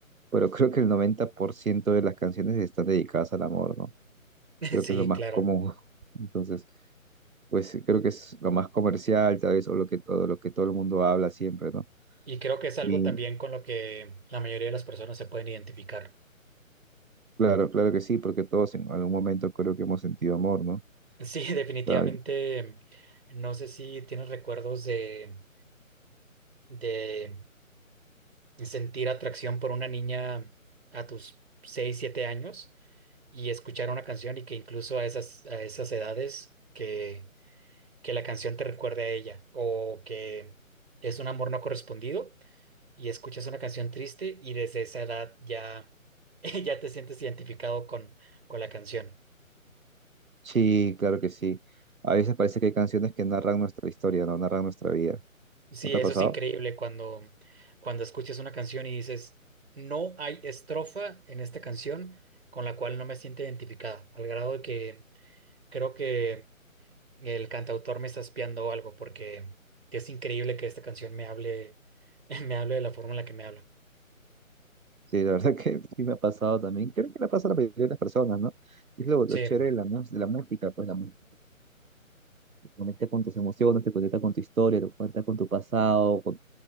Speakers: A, on the right; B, on the right.
A: pero creo que el 90% de las canciones están dedicadas al amor, ¿no?
B: <laughs>
A: creo
B: Sí,
A: que es lo más
B: claro.
A: común. <laughs> Entonces, pues creo que es lo más comercial, tal vez, o lo que todo, lo que todo el mundo habla siempre, ¿no?
B: Y creo que es algo
A: Y
B: también con lo que la mayoría de las personas se pueden identificar.
A: claro, claro que sí, porque todos en algún momento creo que hemos sentido amor, ¿no?
B: Sí, <laughs> definitivamente.
A: Ah,
B: No sé si tienes recuerdos de, de sentir atracción por una niña a tus 6 7 años y escuchar una canción y que incluso a esas, a esas edades que, que la canción te recuerde a ella o que es un amor no correspondido y escuchas una canción triste y desde esa edad ya, <laughs> ya te sientes identificado con, con la canción.
A: Sí, claro que sí. A veces parece que hay canciones que narran nuestra historia, ¿no? Narran nuestra vida.
B: Sí,
A: ¿No te
B: eso
A: ha pasado?
B: es increíble cuando, cuando escuchas una canción y dices, no hay estrofa en esta canción con la cual no me siento identificado, al grado de que creo que... el cantautor me está espiando o algo, porque es increíble que esta canción me hable, <laughs> me hable de la forma en la que me habla.
A: Sí, la verdad <laughs> que sí me ha pasado también. Creo que le pasa a la mayoría de las personas, ¿no? Y es lo, lo
B: Sí,
A: chévere de la, mus- de la música, pues la música te conecta con tus emociones, te conecta con tu historia, te conecta con tu pasado, con